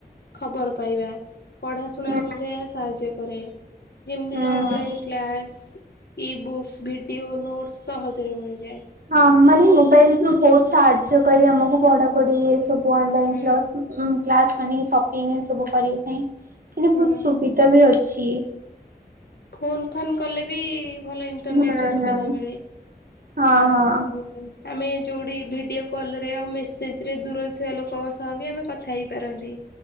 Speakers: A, on the left; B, on the right.
A: ଖବର ପାଇବା। ପଢ଼ାଶୁଣାରୁ
B: ହୁଁ
A: ମଧ୍ୟ ଏହା ସାହାଯ୍ୟ କରେ। ଯେମିତିକି
B: ହୁଁ।
A: Online class. E book video notes ସହଜରେ ମିଳିଯାଏ।
B: ହଁ ଆମର
A: ଆଉ
B: ମୋବାଇଲ ରୁ ବହୁତ ସାହାଯ୍ୟ କରି ଆମକୁ ପଢାପଢି ଏସବୁ କୁହ ଅନଲାଇନ୍‌
A: ହୁଁ
B: କ୍ଲାସ୍ କ୍ଲାସ୍‌ ମାନେ ସପିଙ୍ଗ ସବୁ କରିବା ପାଇଁ। ଏ
A: ହୁଁ
B: ବହୁତ ସୁବିଧା ବି ଅଛି।
A: ଫୋନ୍ ଫାନ୍ କଲେ ବି ଭଲ ଇଣ୍ଟରନେଟ୍
B: ହୁଁ ହୁଁ
A: ରେ ସୁବିଧା ମିଳେ।
B: ହଁ
A: ଆଉ
B: ହଁ
A: ଆମେ ଯୋଉଠି ଭିଡ଼ିଓ କଲ୍ ରେ ଆଉ ମେସେଜେରେ ଦୂରରେ ଥିବା ଲୋକଙ୍କ ସହ ବି ଆମେ କଥା ହେଇପାରନ୍ତି।